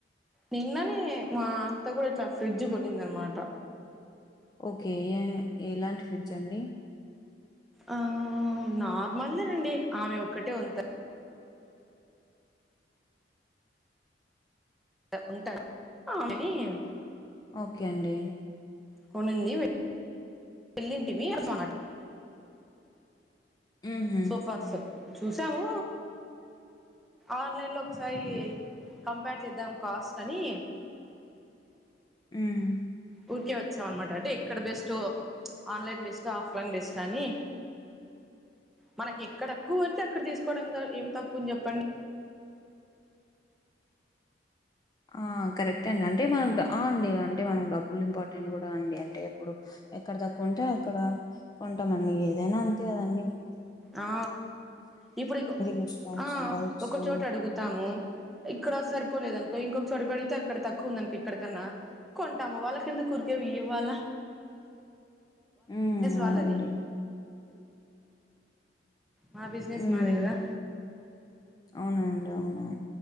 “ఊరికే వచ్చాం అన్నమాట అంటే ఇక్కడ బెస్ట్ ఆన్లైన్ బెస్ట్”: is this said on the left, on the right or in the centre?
Centre